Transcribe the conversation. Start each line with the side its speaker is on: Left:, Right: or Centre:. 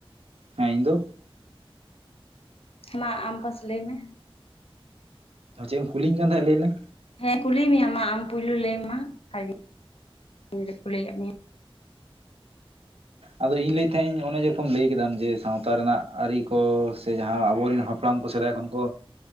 Right: ᱦᱮᱸ ᱤᱧ ᱫᱚ
Left: ᱢᱟ ᱟᱢ ᱯᱟᱥ ᱞᱟᱹᱭ ᱢᱮ
Right: ᱪᱮᱫ ᱮᱢ ᱠᱩᱞᱤᱧ ᱠᱟᱱ ᱛᱟᱦᱮᱸᱫ ᱞᱟᱹᱭ ᱞᱮᱢ
Left: ᱦᱮᱸ ᱠᱩᱞᱤ ᱢᱮᱭᱟ ᱢᱟ ᱟᱢ ᱯᱩᱭᱞᱩ ᱞᱟᱹᱭ ᱢᱮ ᱢᱟ ᱟᱨ ᱠᱩᱞᱤᱭᱮᱫ ᱢᱮᱭᱟ
Right: ᱟᱫᱚ ᱤᱧ ᱞᱟᱹᱭ ᱛᱟᱦᱮᱸᱫ ᱤᱧ ᱚᱱᱮ ᱡᱮᱨᱚᱠᱚᱢ ᱞᱟᱹᱭ ᱠᱮᱫᱟᱢ ᱡᱮ ᱥᱟᱶᱛᱟ ᱨᱮᱱᱟᱜ ᱟᱹᱨᱤ ᱠᱚ ᱥᱮ ᱡᱟᱦᱟᱸ ᱟᱵᱚᱨᱮᱱ <unintelligible> ᱦᱟᱯᱲᱟᱢ ᱠᱚ ᱥᱮᱫᱟᱭ ᱠᱷᱚᱱ ᱠᱚ